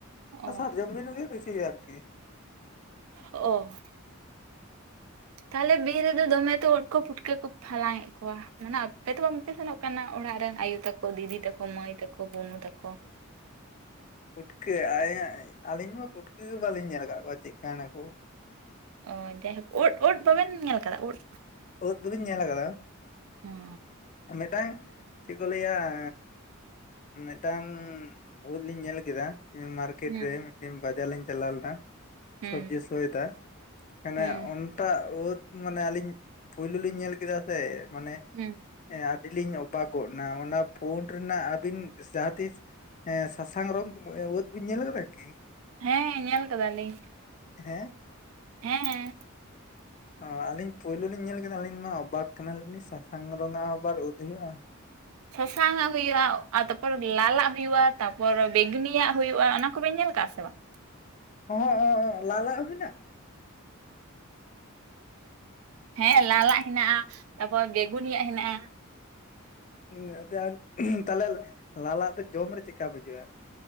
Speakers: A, on the right; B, on the left.
A: ᱚ
B: ᱥᱟᱨᱡᱚᱢ ᱵᱤᱨ ᱜᱮ ᱵᱤᱥᱤ ᱟᱨᱠᱤ
A: ᱚ
B: <unintelligible>
A: ᱛᱟᱦᱚᱞᱮ ᱵᱤᱨ ᱨᱮᱫᱚ ᱫᱚᱢᱮ ᱛᱳ ᱩᱫᱽ ᱠᱳ ᱯᱩᱴᱠᱟᱹ ᱠᱳᱯᱮ ᱦᱟᱞᱟᱝ ᱮᱫ ᱠᱚᱣᱟ? ᱢᱟᱱᱮ ᱟᱯᱮ ᱫᱚ ᱵᱟᱝ ᱯᱮ ᱥᱮᱱᱚᱜ ᱠᱟᱱᱟ ᱚᱲᱟᱜ ᱨᱮᱱ ᱟᱭᱳ ᱛᱟᱠᱚ ᱫᱤᱫᱤ ᱛᱟᱠᱚ ᱢᱟᱹᱭ ᱛᱟᱠᱚ ᱵᱩᱱᱩ ᱛᱟᱠᱚ᱾
B: ᱯᱩᱴᱠᱟᱹ ᱟ- ᱟᱹᱞᱤᱧ ᱢᱟ ᱯᱩᱴᱠᱟᱹ ᱜᱮ ᱵᱟᱹᱞᱤᱧ ᱧᱮᱞ ᱟᱠᱟᱫ ᱠᱚᱣᱟ ᱪᱮᱫᱠᱟᱱᱟ ᱠᱳ᱾
A: ᱚ ᱡᱟᱭᱦᱳᱠ ᱩᱫ ᱩᱫ ᱵᱟᱵᱮᱱ ᱧᱮᱞ ᱟᱠᱟᱫᱟ ᱩᱫ?
B: ᱳᱫ ᱫᱚᱞᱤᱧ ᱧᱮᱞ ᱟᱠᱟᱫᱟ
A: ᱦᱮᱸ
B: ᱢᱤᱫᱴᱟᱝ ᱪᱮᱫ ᱠᱚ ᱞᱟᱹᱭᱟ ᱟᱹᱻ ᱢᱤᱫᱴᱟᱝ ᱳᱫ ᱞᱤᱧ ᱧᱮᱞ ᱠᱮᱫᱟ ᱢᱟᱨᱠᱮᱴ
A: ᱦᱩᱸ
B: ᱨᱮ ᱢᱤᱫᱴᱤᱱ ᱵᱟᱡᱟᱨ ᱞᱤᱧ ᱪᱟᱞᱟᱣ ᱞᱮᱱᱟ
A: ᱦᱩᱸ
B: ᱥᱚᱵᱽᱡᱤ <inaudible> ᱢᱟᱱᱮ
A: ᱦᱩᱸ
B: ᱚᱱᱴᱟᱜ ᱩᱫᱽ ᱢᱟᱱᱮ ᱟᱹᱞᱤᱧ ᱯᱩᱭᱞᱳ ᱞᱤᱧ ᱧᱮᱞ ᱠᱮᱫᱟ ᱥᱮ ᱢᱟᱱᱮ
A: ᱦᱩᱸ
B: ᱦᱮᱸ ᱟᱹᱰᱤ ᱞᱤᱧ ᱚᱵᱟᱠ ᱜᱚᱫ ᱮᱱᱟ ᱚᱱᱟ ᱯᱷᱳᱰ ᱨᱮᱱᱟᱜ ᱟᱹᱵᱤᱱ ᱡᱟᱦᱟᱸᱛᱤᱥ ᱮᱸ ᱥᱟᱥᱟᱝ ᱨᱚᱝ ᱳᱫ ᱵᱤᱱ ᱧᱮᱞ ᱟᱠᱟᱫᱟ ᱠᱤ?
A: ᱦᱮᱸ ᱧᱮᱞ ᱟᱠᱟᱫᱟᱞᱤᱧ
B: ᱦᱮᱸ
A: ᱦᱮᱸᱦᱮᱸ
B: ᱚᱸ ᱟᱹᱞᱤᱧ ᱯᱳᱭᱞᱳ ᱞᱤᱧ ᱧᱮᱞ ᱠᱮᱫᱟ ᱟᱹᱞᱤᱧ ᱯᱩᱭᱞᱩ ᱞᱤᱧ ᱧᱮᱞ ‌ᱠᱮᱫᱟ ᱟᱠᱤᱧᱢᱟ ᱚᱵᱟᱠ ᱠᱟᱱᱟᱞᱤᱧ ᱥᱟᱥᱟᱝ ᱨᱚᱸᱝ ᱟᱜ ᱟᱵᱟᱨ ᱩᱸᱫ ᱦᱩᱭᱩᱜᱼᱟ
A: ᱥᱟᱥᱟᱝ ᱟᱜ ᱦᱩᱭᱩᱜᱼᱟ ᱟᱨ ᱛᱟᱯᱚᱨ ᱞᱟᱞ ᱟᱜ ᱦᱩᱭᱩᱜᱼᱟ ᱛᱟᱯᱚᱨ ᱵᱮᱜᱩᱱᱤᱭᱟᱜ ᱦᱩᱭᱩᱜᱼᱟ ᱚᱱᱟ ᱠᱚᱵᱮᱱ ᱧᱮᱞ ᱠᱟᱜᱼᱟ ᱥᱮ ᱵᱟᱝ?
B: ᱦᱳᱭ ᱦᱳᱭ ᱦᱳᱭ ᱞᱟᱜ ᱟᱜ ᱦᱚᱸ ᱢᱮᱱᱟᱜᱟ
A: ᱦᱮᱸ ᱞᱟᱞ ᱟᱜ ᱦᱮᱱᱟᱜᱼᱟ ᱛᱟᱯᱚᱨ ᱵᱮᱜᱩᱱᱤ ᱟᱜ ᱦᱮᱱᱟᱜᱼᱟ
B: ᱮᱸ <inaudible> ᱛᱟᱦᱚᱞᱮ ᱞᱟᱞ ᱟᱜ ᱫᱚ ᱡᱚᱢ ᱨᱮ ᱪᱮᱫᱠᱟ ᱵᱩᱡᱷᱟᱹᱜᱼᱟ?